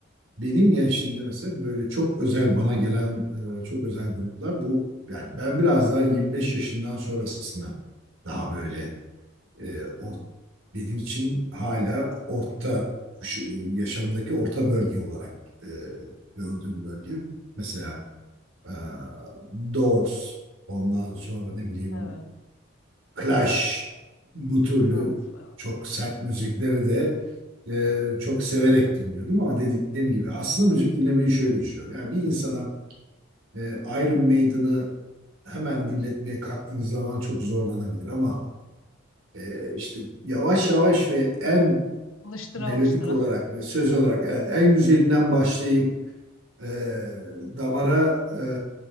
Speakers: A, on the right; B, on the left.
A: benim gençliğimde mesela böyle çok özel bana gelen e, çok özel gruplar bu yani ben biraz daha 25 yaşından sonrasına daha böyle e, or- benim için hala orta kuş- yaşamdaki orta bölge olarak e, gördüğüm bölge mesela e, Doors ondan sonra ne bileyim
B: evet.
A: Clash bu türlü
B: Of, evet,
A: çok sert müzikleri de e, çok severek dinliyordum ama dediğim gibi aslında müzik dinlemeyi şöyle düşünüyorum. Yani bir insana e, Iron Maiden'ı hemen dinletmeye kalktığınız zaman çok zorlanabilir ama e, işte yavaş yavaş ve en
B: Alıştıra
A: melodik
B: alıştıra.
A: olarak ve söz olarak evet, en güzelinden başlayıp e, damara e,